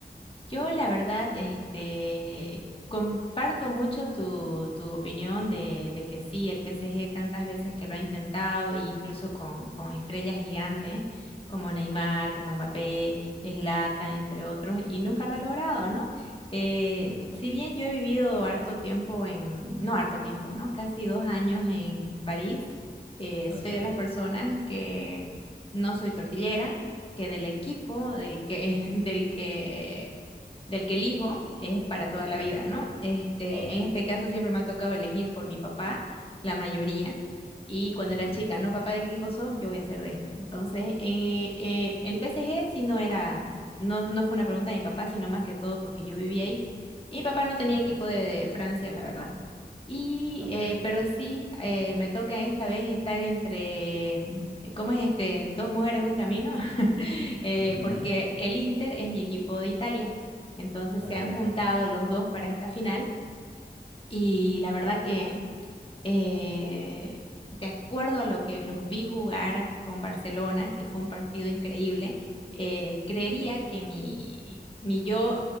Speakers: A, on the left (about 30°); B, in the centre.
A: Yo, la verdad, este, comparto mucho tu, tu opinión de, de que sí, el PSG tantas veces que lo ha intentado, incluso con, con estrellas gigantes como Neymar, como Mbappé, Zlatan, entre otros, y nunca lo ha logrado, ¿no? Eh,
B: Ujú.
A: si bien yo he vivido harto tiempo en, no harto tiempo, ¿no? Casi dos años en París, eh, soy
B: Ok.
A: de las personas que no soy tortillera, que del equipo del que, <laughs> del que del que elijo es para toda la
B: Ajá.
A: vida, ¿no? Este,
B: Ok.
A: en este caso siempre me ha tocado elegir por mi papá, la mayoría. Y cuando
B: Ujú.
A: era chica, ¿no? Papá, ¿de qué equipo sos? Yo voy a ser de este. Entonces, eh, eh, el PSG sí no era, no, no fue una pregunta de mi papá, sino más que todo porque yo vivía ahí. Y mi papá no tenía
B: Ok.
A: equipo de Francia, la verdad. Y,
B: Ok.
A: eh, pero sí, eh, me toca esta vez estar entre, eh, ¿cómo es este? Dos mujeres, un camino, <laughs> eh,
B: Ujú.
A: porque el Inter es mi equipo de Italia. Entonces
B: Ok.
A: se han juntado los dos para esta final y la verdad que eh, de acuerdo a lo que los vi jugar con Barcelona, que fue un partido increíble, eh, creería que mi, mi yo